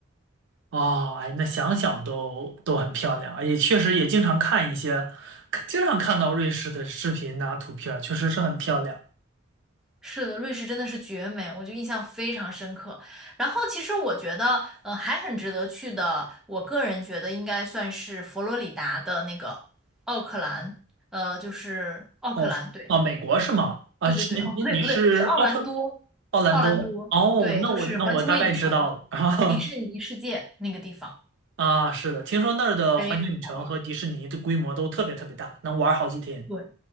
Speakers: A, on the right; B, in the centre.
A: 哦，哎，那想想都都很漂亮，也确实也经常看一些，经常看到瑞士的视频呐、图片儿确实是很漂亮。
B: 是的，瑞士真的是绝美，我就印象非常深刻。然后其实我觉得，呃，还很值得去的，我个人觉得应该算是佛罗里达的那个奥克兰，呃，就是奥克兰，
A: 哦，
B: 对，
A: 啊，美国是吗？啊，
B: 对对对，
A: 是你你是奥克
B: 哦，不对不对，是奥兰多，
A: 奥兰多？
B: 奥兰多，
A: 哦，
B: 对，
A: 那我那我大概知道了。
B: 就是环球影城、
A: <laughs>
B: 迪士尼世界那个地方，
A: 啊，是的，听说那儿的环球影城和迪士尼的规模都特别特别大，
B: 非常好玩儿。
A: 能玩儿好几天。
B: 对